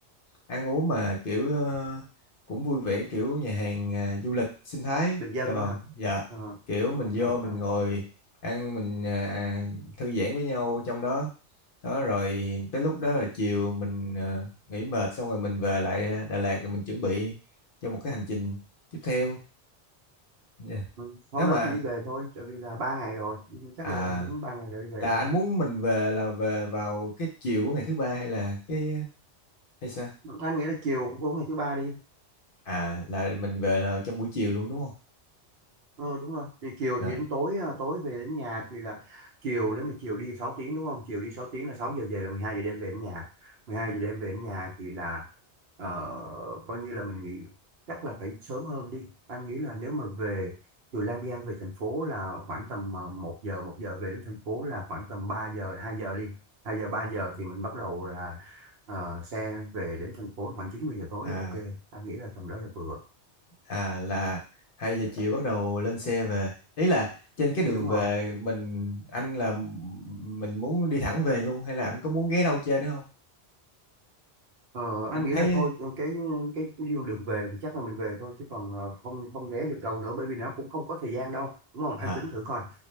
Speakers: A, on the left; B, on the right.
A: ăn uống mà kiểu ờ, cũng vui vẻ kiểu nhà hàng à, du lịch sinh thái.
B: Bình Dân
A: Rồi,
B: á hả
A: dạ.
B: ờ,
A: Kiểu
B: ờ,
A: mình vô
B: ờ,
A: mình
B: ờ.
A: ngồi ăn mình à, thư giãn với nhau trong đó. Đó rồi tới lúc đó là chiều mình à, nghỉ mệt xong rồi mình về lại Đà Lạt rồi mình chuẩn bị cho một cái hành trình tiếp theo. Dạ.
B: Ừ. hôm
A: Nếu
B: đó
A: mà
B: thì đi về thôi tại vì là ba ngày rồi
A: à
B: chắc là đúng ba ngày rồi đi về
A: là
B: thôi
A: anh muốn mình về là về vào cái chiều của ngày thứ ba hay là cái hay sao
B: anh nghĩ là chiều của ngày thứ ba đi
A: à là mình về là trong buổi chiều luôn đúng không
B: Ờ đúng rồi thì chiều
A: Dạ.
B: thì đến tối à, tối về đến nhà thì là chiều nếu mà chiều đi 6 tiếng đúng không chiều đi 6 tiếng là 6 giờ về là mười hai giờ đêm về đến nhà 12 giờ đêm về đến nhà thì là ờ, coi như là mình nghỉ chắc là phải sớm hơn đi anh nghĩ là nếu mà về từ Lang Biang về thành phố là khoảng tầm à, một giờ một giờ về đến thành phố là khoảng tầm 3 giờ 2 giờ đi 2 giờ 3 giờ thì mình bắt đầu là ờ, xe về đến thành phố khoảng 90 giờ tối
A: à
B: là ok anh nghĩ là tầm đó là vừa
A: à là hai giờ chiều bắt đầu lên xe về ý là trên cái đường
B: đúng
A: về
B: rồi
A: mình anh là mình muốn đi thẳng về luôn hay là anh có muốn ghé đâu chơi nữa không
B: Ờ,
A: anh
B: anh nghĩ
A: thấy
B: là thôi cái cái đường đường về thì chắc là mình về thôi chứ còn ờ, không không ghé được đâu nữa bởi vì nó cũng không có thời gian đâu đúng không
A: à
B: em tính thử coi